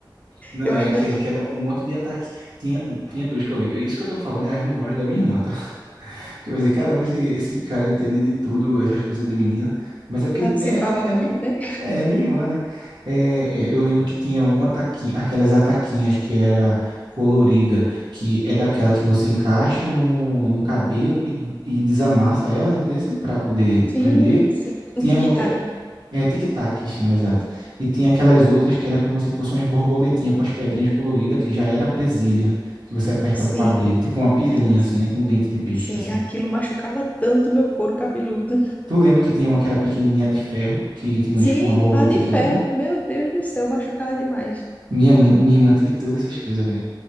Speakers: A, on the right; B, on the left.
A: Não,
B: Eu
A: é
B: ainda
A: aquele que era um monte de ataque. Tinha, tinha duas que eu lembro. Isso que eu tô falando é as memórias da minha irmã, tá? <laughs> Porque eu vou dizer, caramba, esse, esse cara entende de tudo, essas coisas de menina. Mas é porque
B: participava
A: é, é,
B: muito,
A: minha,
B: né?
A: é é minha irmã, né? É, é, eu lembro que tinha um ataquinho, aquelas ataquinhas que era colorida, que é daquela que você encaixa no, no cabelo e, e desamassa ela, entendeu? Pra poder
B: Sim,
A: prender.
B: sim. Um
A: Tinha
B: tic-tac.
A: uma que é, tic-tac que chama, exato. E tinha aquelas outras que era como se fossem umas borboletinhas com as pedrinhas coloridas, que já era presilha, que você apertava
B: Sim,
A: para abrir. Tipo uma piranha,
B: sim,
A: assim, né? Com dente de peixe,
B: sim.
A: assim.
B: Aquilo machucava tanto meu couro cabeludo.
A: Tu lembra que tinha uma que era pequenininha de ferro, que tinha
B: Sim,
A: uns- uma borboletinha
B: a de ferro.
A: colorida?
B: Meu Deus do céu, machucava demais.
A: Minha mãe, minha irmã teve todas essas coisas, velho.